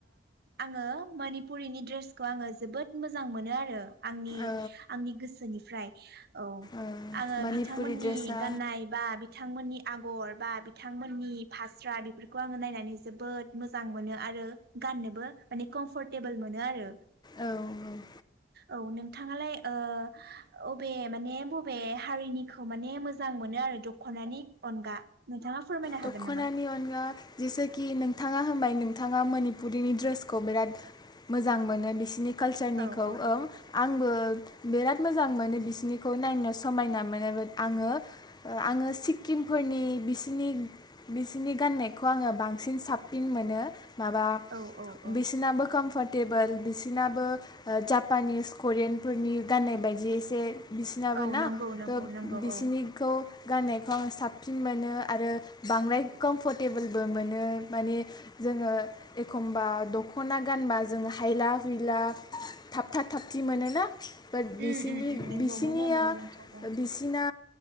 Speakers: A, on the right; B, on the left.
A: आंङो मानि पुरिनि दड्रेसखौ आंङो जोबोद मोजां मोनो आरो आंनि
B: ओ
A: आंनि गोसोनिफ्राय औ
B: ओ
A: आंङो
B: मनिपुरि
A: बिथांमोननि
B: ड्रेसा
A: गाननाय बा बिथांमोननि आगर बा बिथांमोननि फास्रा बेफोरखौ आंङो नायनानै जोबोद मोजां मोनो आरो गाननोबो माने कमफर्ट टेबोल मोनो आरो
B: औ औ
A: औ नोंथाङालाय ओ अबे माने बबे हारिनिखौ माने मोजां मोनो आरो दखनानि अनगा नोंथाङा फोरमायनो
B: दखनानि
A: हागोन नामा?
B: अनगा जेसेखि नोंथाङा हबाय नों नोंथाङा मनिपुरिनि ड्रेसखौ बिराद मोजां मोनो बिसिनि कालचारनिखौ
A: औ औ
B: आंबो बिराद मोजां मोनो बिसिरनिखौ नायनो समायना मोनो आंङो आंङो सिक्किमफोरनि बिसिनि बिसनि गाननायखौ आंङो बांसिन साबसिन मोनो माबा
A: औ औ औ
B: बिसोनाबो कमफर्ट टेबोल बिसनाबो जापानिस करियानफोरनि गाननाय बायदि एसे बिसिनाबो
A: औ
B: ना
A: नंगौ नंगौ
B: बिसिनिखौ
A: नंगौ औ
B: गाननायखौ आंङो साबसिन मोनो आरो बांद्राय कमफर्टेबोलबो मोनो माने जोंङो एखमबा दखना गानबा जों हायला हुइला थाब थाब थाबथि मोनोना बाट बिसिनि
A: उम उम उम नंगौ
B: बिसिनिया
A: मोनो मोनो नोंथां
B: बिसिना